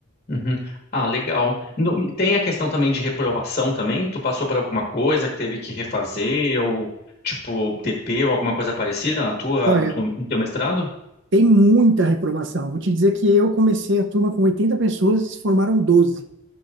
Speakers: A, on the left; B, on the right.
A: Uhum. Ah, legal. No- tem a questão também de reprovação também? Tu passou por alguma coisa que teve que refazer ou tipo TP ou alguma coisa parecida na tua,
B: Olha,
A: na tua, no teu mestrado?
B: Tem muita reprovação. Vou te dizer que eu comecei a turma com 80 pessoas e se formaram 12.